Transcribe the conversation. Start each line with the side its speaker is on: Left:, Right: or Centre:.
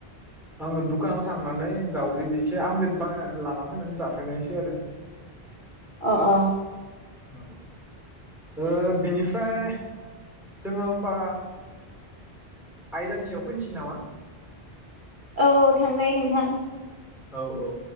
Centre: आङो दुखानाव थांनानै दावदै दैसे आमलेट बानायनानै लाना फैनानै जाफैनायसै आरो।
Right: अ अ।
Centre: औ औ ओ बिनिफ्राय जोङो होमबा आयदानि सायाव फैनोसै नामा
Right: औ औ थांजायो नोंथां।
Centre: औ औ